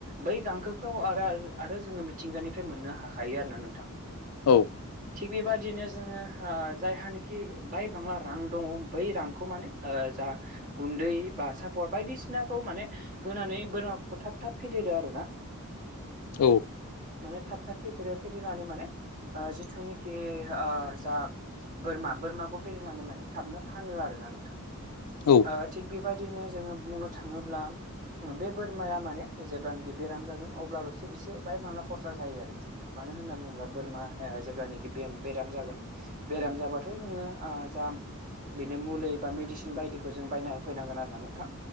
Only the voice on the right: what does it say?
बै गांखोखौ आरो आरो आरो जोङो मिथिंगानिफ्राय मोननो हाखायो आरोना नोंथां।
थिग बेबादिनो जोङो जायहानिाखि बाय बांला रां दङ बै रांखौ माने जा गुन्दै बा सापर बायदिसिनाखौ माने होनानै बोरमाखौ थाब थाब फेदेरो आरो ना। <inaudible>
माने थाब थाब फेदेरो फेदेरनानै माने जिथुनाखि जा बोरमा बोरमाखौ फेदेरनानै माने थाबनो फानो आर ना नोंथां।
ओ थिग बेबायदिनो जोङो बुंनो थाङोब्ला बे बोरमाया माने जेब्लानोखि बेराम जागोन अब्लाल'सो एसे बाहाय माला खरसा जायो आरो मानो होनना बुङोब्ला बोरमाया जेब्लानोाखि बेम-बेराम जागोन बेराम जाबाथ' जोङो ओ जा बेनो मुलि बा मेडिसिन बायदिखौ जों बायना होफैनांगोन आरो ना नोंथां।